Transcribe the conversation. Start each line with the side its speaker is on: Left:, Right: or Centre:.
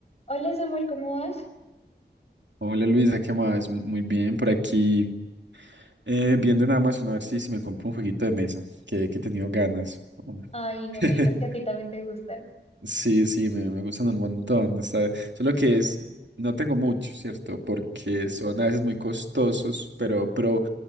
Left: Hola Samuel, ¿cómo vas?
Right: Hola Luisa, ¿qué más? Muy bien, por aquí eh, viendo en Amazon a ver si, si me compro un jueguito de mesa, que, que he tenido ganas. Hombre.
Left: Ay, no
Right: <laughs>
Left: me digas que a ti también te gustan.
Right: Sí, sí, me, me gustan un montón. está- Solo que es, no tengo mucho, ¿cierto? Porque
Left: Ujú.
Right: son a veces muy costosos, pero, pero